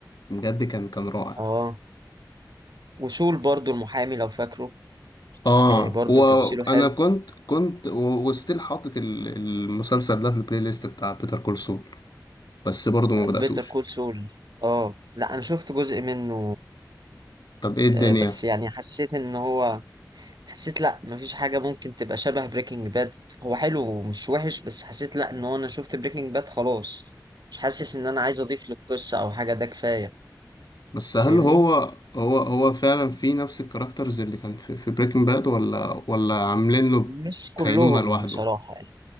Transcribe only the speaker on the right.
اه وسول برضو المحامي لو فاكره
آه برضو
تمثيله حلو
بيتر
كول سول اه Better Call Saul. آه، لا انا شفت جزء منه
آه بس يعني حسيت ان هو حسيت لا مفيش حاجة ممكن تبقى شبه بريكنج باد هو حلو ومش وحش بس حسيت لا ان هو انا شفت بريكنج باد خلاص مش حاسس ان انا عايز اضيف للقصة او حاجة ده كفاية
فاهمني
مش كلهم
بصراحة يعني